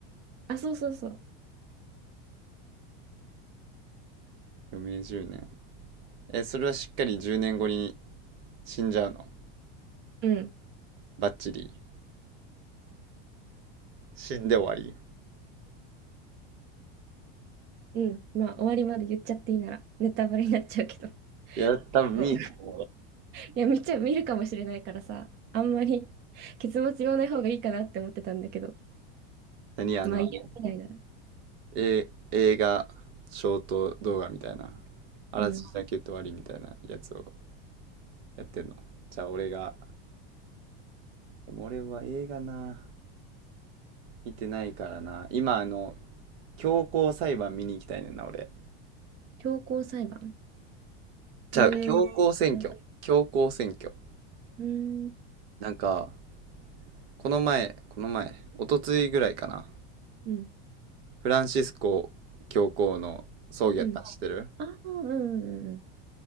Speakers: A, on the right (about 35°); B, on the right (about 75°).
A: あ、そうそうそう。
B: 余命10年。え、それはしっかり10年後に死んじゃうの
A: うん。
B: バッチリ。死んで終わり。
A: うん、まあ終わりまで言っちゃっていいならネタバレになっちゃうけど。
B: いや、多分見えへん。
A: そういや、見ちゃ、見るかもしれないからさ、あんまり結末言わない方がいいかなって思ってたんだけど、
B: 何あの、
A: まあいいや、
B: あれ。
A: みたいな。
B: え、映画、ショート動画みたいな。あらすじだけ言って終わりみたいなやつを
A: うん。
B: やってんの。じゃあ俺が、でも俺は映画な。見てないからな。今、あの、強行裁判見に行きたいねんな、俺。
A: 強行裁判
B: じゃあ、
A: どういう、
B: 強行選挙。
A: あう
B: 強行選挙。
A: ーん、
B: なんか、この前、この前、おとついぐらいかな。
A: うん、
B: フランシスコ教皇の葬儀やったん知ってる
A: うん。ああ、うん、うん、